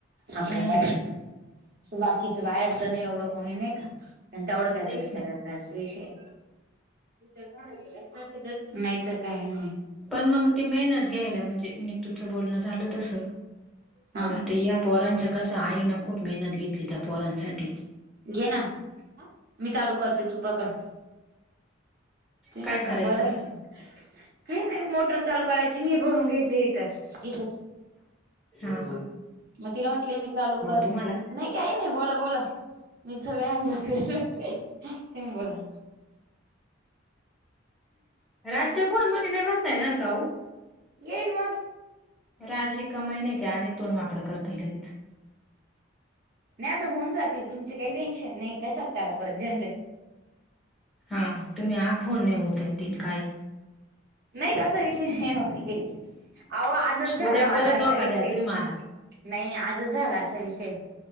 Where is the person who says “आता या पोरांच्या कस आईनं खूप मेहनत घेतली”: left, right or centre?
Centre